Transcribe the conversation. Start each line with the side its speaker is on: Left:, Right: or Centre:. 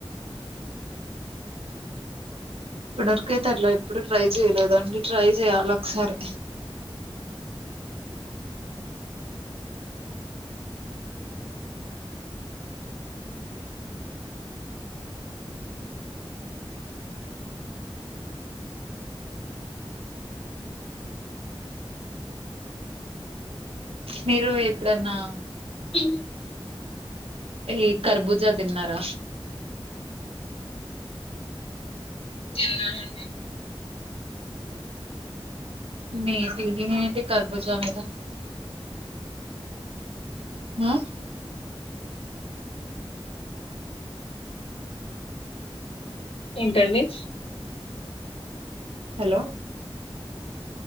Right: ఇప్పటి వరకయితే అట్లా ఎప్పుడు ట్రై చెయలేదండి. ట్రై చెయాలి ఒకసారి. మీరు ఎప్పుడన్నా
Left: అ
Right: ఈ కర్బుజా తిన్నారా.
Left: తిన్నానండి.
Right: మీ ఫీలింగ్ ఎంటి కర్జుజా మీద. ఆ
Left: ఏంటండి?
Right: హలో